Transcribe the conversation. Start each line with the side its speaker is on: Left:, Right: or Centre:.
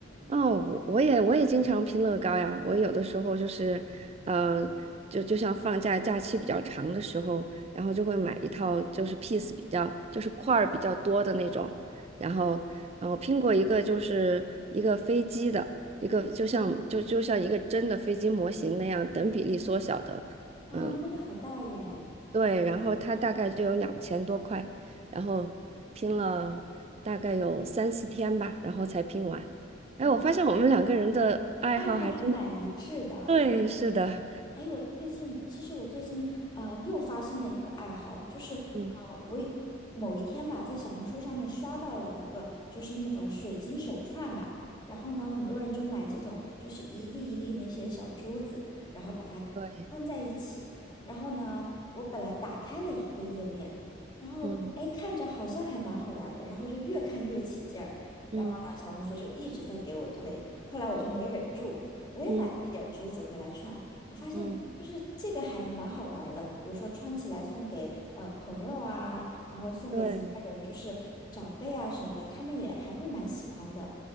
Right: 哦，我我也我也经常拼乐高呀。我有的时候就是，嗯、就就像放假假期比较长的时候，然后就会买一套就是 piece 比较就是块儿比较多的那种。然后，嗯、我拼过一个就是一个飞机的一个就像就就像一个真的飞机模型那样等比例缩小的，
Left: 啊，
Right: 嗯。
Left: 那个好大耶！
Right: 对，然后他大概就有两千多块，然后拼了大概有三四天吧，然后才拼完。
Left: 对，
Right: 哎，我发现我们两个人的爱好还真的，
Left: 爱好还蛮一致的。
Right: 对，是的，
Left: 哎，我最近其实我最近呃又发现了一个爱好，就是呃我一某一天吧，
Right: 嗯，
Left: 在小红书上面刷到了一个就是那种水晶手串吧，然后呢，很多人就买这种就是一粒一粒那些小珠子，然后把它穿在一起，
Right: 对，
Left: 然后呢，我本来打开了一个页面，然后哎看着好像还蛮好玩的，
Right: 嗯
Left: 然后就越看越起劲儿，
Right: 嗯
Left: 然后呢，小红书就一直在给我推，后来我就没忍住，我也买了一点珠子回来串。
Right: 嗯
Left: 我发现就是这个还蛮好玩儿的，
Right: 嗯，
Left: 比如说穿起来送给呃朋友啊，然后送给其他人，
Right: 对。
Left: 就是长辈啊什么的，他们也还会蛮喜欢的。